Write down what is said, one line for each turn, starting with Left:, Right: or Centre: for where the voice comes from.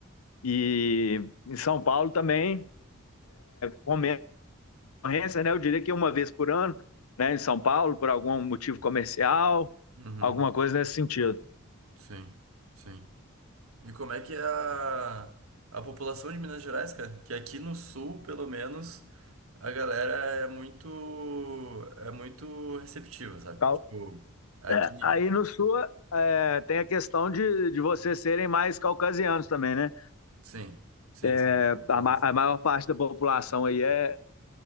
Left: E em São Paulo também, com menos ocorrência, né? Eu diria que uma vez por ano, né? Em São Paulo, por algum motivo comercial,
Right: Hum. uhum,
Left: alguma coisa nesse sentido.
Right: sim, sim. E como é que é a, a população de Minas Gerais, cara? Que aqui no sul, pelo menos, a galera é muito, é muito receptiva, sabe?
Left: Cal-
Right: Tipo, aqui.
Left: é, aí no sul é, tem a questão de, de vocês serem mais caucasianos também, né?
Right: Sim, sim, sim.
Left: É, a,
Right: Todas-
Left: ma- a maior parte da população aí é,